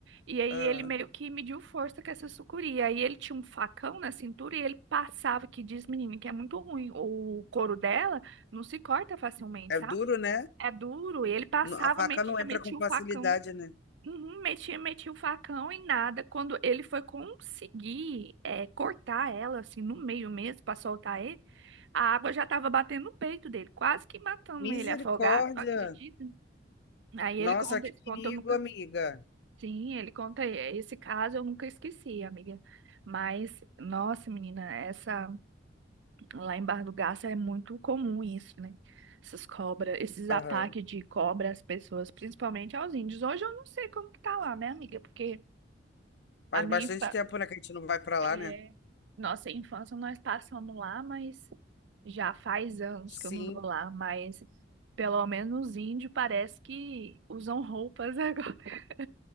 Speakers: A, on the right; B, on the left.
A: E aí
B: Ah,
A: ele meio que mediu força com essa sucuri. Aí ele tinha um facão na cintura e ele passava, que diz, menina, que é muito ruim. O couro dela não se corta facilmente,
B: é
A: sabe?
B: duro, né?
A: É duro. E ele passava,
B: No- A faca
A: metia,
B: não entra
A: metia
B: com facilidade,
A: o facão.
B: né?
A: Uhum, metia, metia o facão e nada. Quando ele foi conseguir é, cortar ela, assim, no meio mesmo, pra soltar ele, a água já tava batendo no peito dele, quase que matando
B: Misericórdia!
A: ele afogado, não acredita? Aí
B: Nossa,
A: ele conta
B: que
A: esse conto,
B: perigo,
A: eu nunca
B: amiga.
A: Sim, ele conta esse caso, eu nunca esqueci, amiga. Mas, nossa, menina, essa lá em Barra do Garça é muito comum isso, né? Essas cobras, esses
B: Aham.
A: ataques de cobra às pessoas, principalmente aos índios. Hoje eu não sei como que tá lá, né, amiga? Porque
B: Faz
A: a minha
B: bastante
A: infa...
B: tempo, né, que a gente não vai pra
A: é,
B: lá, né?
A: nossa infância nós passamos lá, mas já faz anos
B: Sim.
A: que eu não vou lá, mas pelo menos os índios parece que usam roupas agora, <laughs>